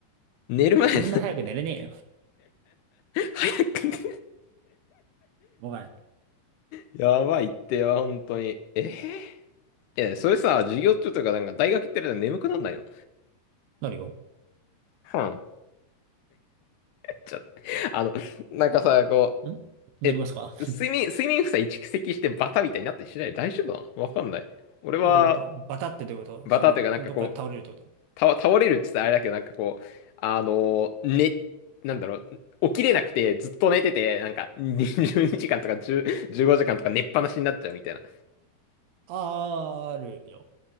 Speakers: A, on the left; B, on the right.
A: 寝る前、
B: そんな早く寝れねえよ。
A: <laughs> 早く寝る
B: ごめん。
A: やばいってよ本当に。えー、いや、それさ、授業中とか、なんか、大学行ってるの眠くなんないの
B: なるよ。
A: はん。ちょっと、あの、なんかさ、こ
B: んなりますか
A: う、え、
B: <laughs>
A: 睡眠、睡眠負債蓄積してバタみたいになったりしない大丈夫なのわかんない。俺は、
B: どういうことバタってどういうことその、
A: バタというかなんかこう、
B: どっかで倒れるってこと
A: た、倒れるって言ったらあれだけど、なんかこう、あのー、ね、なんだろう、起きれなくてずっと寝てて、なんか20時間とか10 15時間とか寝っぱなしになっちゃうみたいな。
B: あーるよ。